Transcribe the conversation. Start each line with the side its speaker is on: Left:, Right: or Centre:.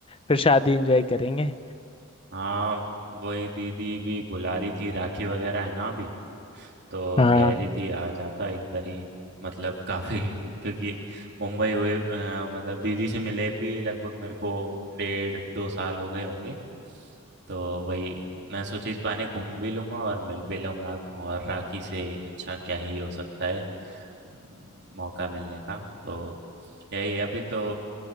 Left: फिर शादी एंजॉय करेंगे
Right: हाँ वही दीदी भी बुला रही थी राखी वगैरह है ना अभी तो
Left: हाँ
Right: कह रही थी आ जाता एक बारी मतलब काफी <laughs> क्योंकि मुंबई हुए अ, मतलब दीदी से मिले भी लगभग मेरे को डेढ़ दो साल हो गए होंगे तो वही मैं सोचा इस बहाने घूम भी लूंगा और मिल भी लूंगा और राखी से अच्छा क्या ही हो सकता है अम, मौका मिलने का तो यही अभी तो